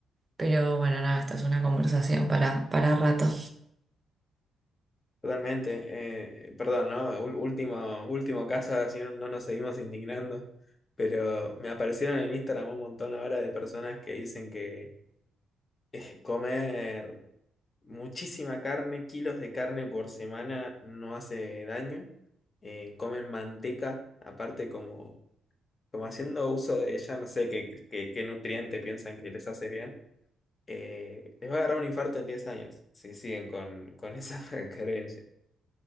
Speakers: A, on the right; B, on the left.
A: Pero bueno, nada, esto es una conversación para, para rato.
B: Totalmente. eh, perdón, ¿no? Ul- último, último caso, si no, no nos seguimos indignando. Pero me aparecieron en Instagram un montón ahora de personas que dicen que eh, comer muchísima carne, kilos de carne por semana, no hace daño. eh, comen manteca, aparte como, como haciendo uso de ella, no sé qué, qué qué nutriente piensan que les hace bien Eh, les va a agarrar un infarto en 10 años si siguen con, con esa <laughs> creencia.